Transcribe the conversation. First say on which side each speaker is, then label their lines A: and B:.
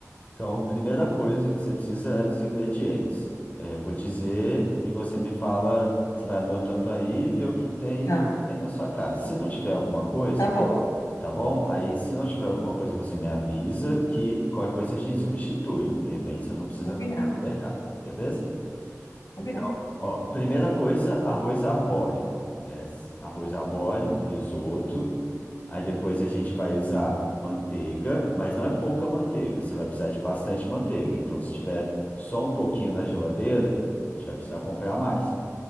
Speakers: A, on the left; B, on the left.
A: Então, a primeira coisa que você precisa é dos ingredientes. É, eu vou dizer e você me fala, você vai anotando aí e vê o que tem
B: Tá,
A: e o que tem na sua casa. Se não tiver alguma coisa,
B: tá bom.
A: tá bom? Aí, se não tiver alguma coisa, você me avisa que qualquer coisa a gente substitui. De repente, você não precisa
B: Combinado,
A: comprar no mercado, beleza?
B: combinado.
A: Então, ó, primeira coisa, arroz arbóreo. É, arroz arbóreo para risoto. Aí depois a gente vai usar manteiga, mas não é pouca manteiga, você vai precisar de bastante manteiga. Então, se tiver só um pouquinho na geladeira, a gente vai precisar comprar mais,